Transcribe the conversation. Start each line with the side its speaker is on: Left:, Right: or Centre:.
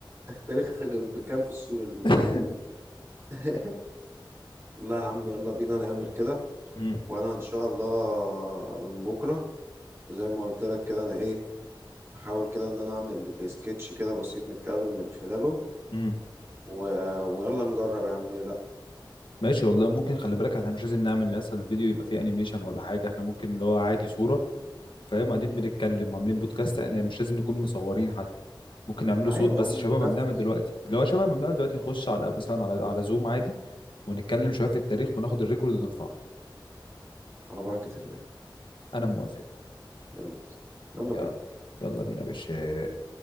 Right: التاريخ بكام في السوق ال-
Left: <laughs>
Right: اليومين دول؟ <laughs> لا يا عم يلا بينا نعمل كده
Left: مم.
Right: وانا ان شاء الله من بكره زي ما قلت لك كده انا ايه احاول كده ان انا اعمل سكتش كده بسيط نتكلم من خلاله
Left: مم.
Right: و... ويلا نجرب يا عم ليه لا
Left: ماشي والله ممكن خلي بالك احنا مش لازم نعمل مثلا الفيديو يبقى فيه انيميشن ولا حاجه احنا ممكن اللي هو عادي صوره فاهم قاعدين
Right: مم.
Left: بنتكلم عاملين بودكاست يعني مش لازم نكون مصورين حتى ممكن نعمله
Right: ايوه
Left: صوت
Right: يا
Left: بس
Right: عم
Left: شبه
Right: بننفذ
Left: ما بنعمل دلوقتي اللي هو شبه ما بنعمل دلوقتي نخش على مثلا على على زوم عادي ونتكلم شويه في التاريخ وناخد الريكورد ونرفعه
Right: على بركه الله
Left: انا موافق
Right: يلا يلا بينا
Left: يلا يلا بينا يا باشا